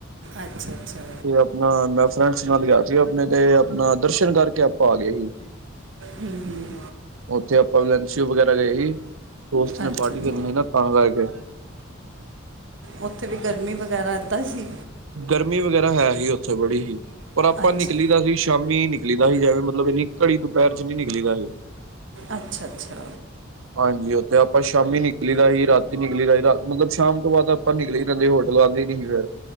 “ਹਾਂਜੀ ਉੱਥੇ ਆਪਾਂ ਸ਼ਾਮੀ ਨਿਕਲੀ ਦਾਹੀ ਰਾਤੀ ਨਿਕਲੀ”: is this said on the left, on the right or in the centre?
Right